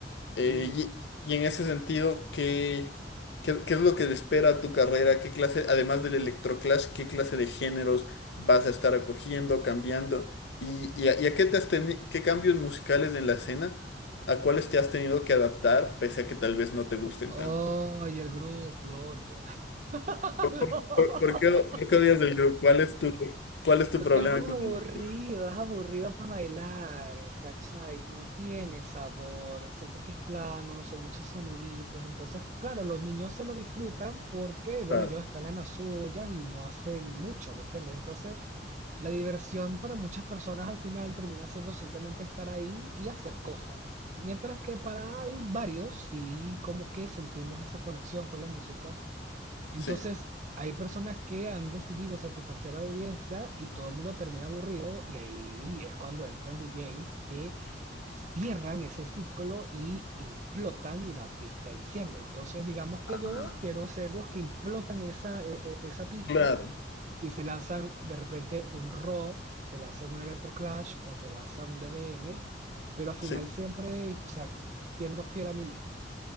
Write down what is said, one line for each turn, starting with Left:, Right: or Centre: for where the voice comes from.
Left: Eh,
Right: Sí.
Left: y, y en ese sentido, ¿qué, qué, qué es lo que te espera a tu carrera? ¿Qué clase, además del electroclash, qué clase de géneros vas a estar acogiendo, cambiando? ¿Y, y a, y a qué te has teni- qué cambios musicales en la escena? ¿A cuáles te has tenido que adaptar, pese a que tal vez no te gusten
Right: Oh,
Left: tanto?
Right: y el groove, lo odio. <laughs>
Left: ¿Por, por- por qué, por qué odias del grupo? ¿Cuál es tu, cuál es tu
Right: Porque
Left: problema
Right: es aburrido,
Left: con el grupo?
Right: es aburrido para bailar, ¿cachai? No tiene sabor, siento que es plano, son muchos soniditos, entonces, claro, los niños se lo disfrutan porque, bueno,
Left: Claro,
Right: ellos están en las suyas y no hacen mucho, ¿me entiendes? Entonces, La diversión para muchas personas al final termina siendo simplemente estar ahí y hacer cosas. Mientras que para al- varios sí como que sentimos esa conexión con la música. Entonces
Left: sí.
Right: hay personas que han decidido satisfacer a la audiencia y todo el mundo termina aburrido y ahí es cuando entran DJs que cierran ese ciclo y implotan y la pista enciende. Entonces digamos que
Left: Ah,
Right: yo quiero ser los que implotan esa, e- e- esa pista
Left: claro,
Right: y se lanzan de repente un Raw, o se lanzan un Electroclash, o se lanzan un D B M pero al final
Left: sí.
Right: siempre, o sea, siendo fiel a mí mismo.